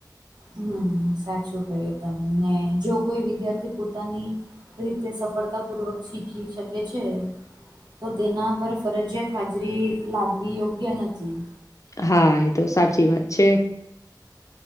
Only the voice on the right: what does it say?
હમ સાચું કહ્યું તમને જો કોઈ વિદ્યાર્થી પોતાની રીતે સફળતાપૂર્વક શીખી શકે છે તો તેના પર ફરજિયાત હાજરી લાગવી યોગ્ય નથી